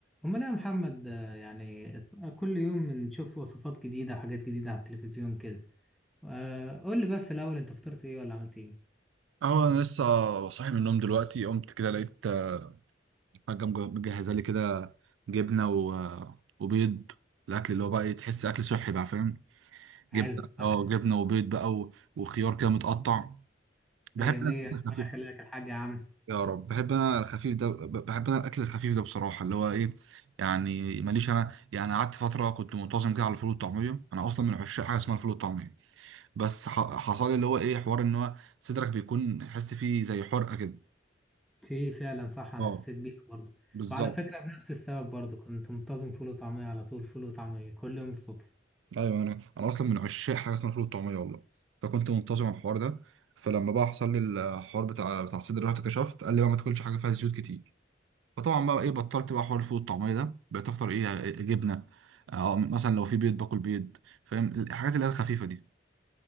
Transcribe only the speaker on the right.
اهو انا لسه صاحي من النوم دلوقتي قمت كده لقيت آه، حاجه مج- مجهزه لي كده جبنه و... آه، وبيض الاكل اللي هو بقى إيه، تحس اكل صحي بقى فاهم جبنه
اه جبنه وبيض بقى و... وخيار كده متقطع بحب
انا الاكل
الخفيف
يا رب بحب انا الخفيف ده ب- بحب انا الاكل الخفيف ده بصراحه اللي هو ايه يعني ماليش انا يعني قعدت فتره كنت منتظم كده على الفول والطعميه انا اصلا من عشاق حاجه اسمها الفول والطعميه بس ح... حصل لي اللي هو ايه حوار ان هو صدرك بيكون حس فيه زي حرقه كده
اه
بالظبط
ايوه انا انا اصلا من عشاق حاجه اسمها فول الطعميه والله فكنت منتظم على الحوار ده فلما بقى حصل لي الحوار بتاع بتاع الصدر رحت كشفت قال لي بقى ما تاكلش حاجه فيها زيوت كتير فطبعا بقى ايه بطلت بقى حوار الفول الطعميه ده بقيت افطر ايه إيه، جبنه اه مثلا لو في بيض باكل بيض فاهم الحاجات اللي هي الخفيفه دي